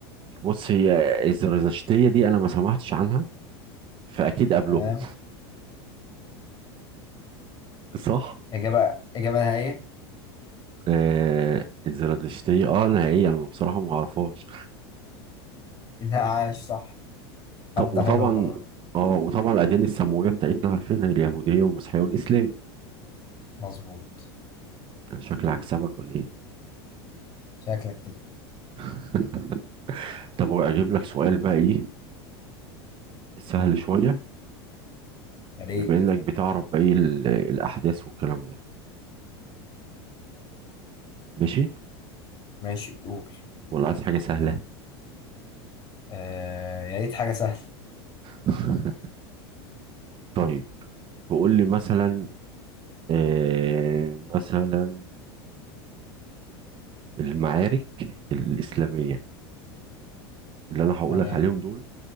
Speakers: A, on the right; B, on the left.
A: بص هي الزرادشتية دي أنا ما سمعتش عنها فأكيد قبلهم
B: تمام
A: صح؟
B: إجابة إجابة نهائية <laughs>
A: آه الزرادشتية اه نهائيا أنا بصراحة ما أعرفهاش
B: لا عاش صح
A: ط-
B: هبدأ
A: وطبعا
B: حلوة المرة دي
A: اه وطبعا الاديان السماويه بتاعتنا عارفينها اليهوديه والمسيحيه والاسلام
B: مظبوط
A: يعني شكلي عكسبك ولا ايه
B: شكلك كده
A: <laughs> طب اجيب لك سؤال بقى ايه سهل شويه
B: يا ريت
A: بما انك بتعرف بقى ايه ال- الاحداث والكلام ده ماشي
B: ماشي قول
A: ولا عايز حاجه سهله
B: آه يا ريت حاجة سهلة
A: <laughs> طيب تقول لي مثلا آه مثلا المعارك الاسلاميه اللي انا هقول
B: تمام
A: لك عليهم دول